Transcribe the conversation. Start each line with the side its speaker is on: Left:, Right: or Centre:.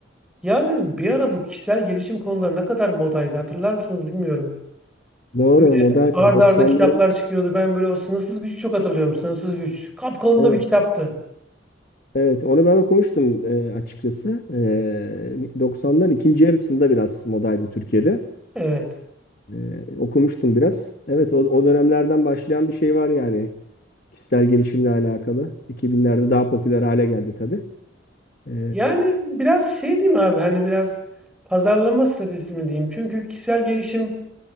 Centre: Ya dedim bir ara bu kişisel gelişim konuları ne kadar modaydı hatırlar mısınız bilmiyorum.
Left: Doğru,
Centre: Böyle
Left: modern
Centre: ard
Left: Doksanların,
Centre: arda kitaplar çıkıyordu. Ben böyle o sınırsız gücü çok hatırlıyorum. Sınırsız güç. Kapkalın
Left: evet
Centre: da bir kitaptı.
Left: evet onu ben okumuştum e, açıkçası. E, 90'ların ikinci yarısında biraz modaydı Türkiye'de.
Centre: Evet.
Left: E, okumuştum biraz. Evet o, o dönemlerden başlayan bir şey var yani kişisel gelişimle alakalı. iki binlerde daha popüler hale geldi tabii. E,
Centre: Yani biraz şey diyeyim abi hani biraz pazarlama stratejisi mi diyeyim. Çünkü kişisel gelişim